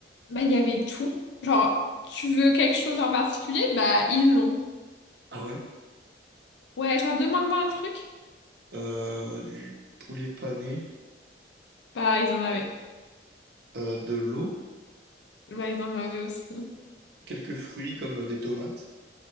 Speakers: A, on the left; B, on the right.
A: Bah, il y avait tout. Genre, tu veux quelque chose en particulier? Bah, ils l'ont.
B: Ah ouais.
A: Ouais, genre, demande-moi un truc.
B: Euh, du poulet pané,
A: Bah, ils en avaient.
B: euh, de l'eau,
A: Bah, ils en avaient aussi.
B: quelques fruits comme euh, des tomates.